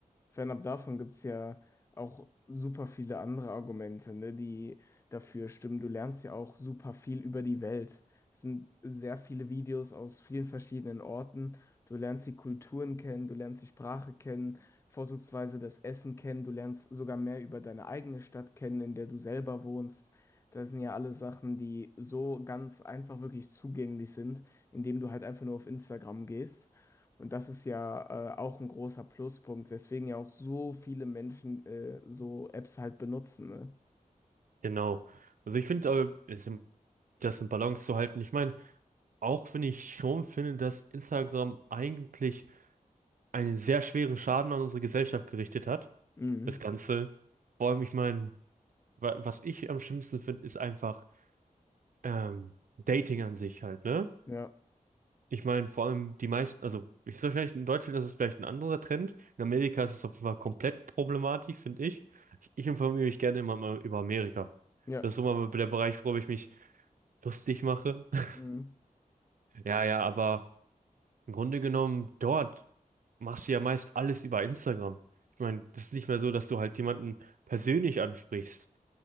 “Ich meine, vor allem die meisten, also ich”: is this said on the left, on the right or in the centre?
Right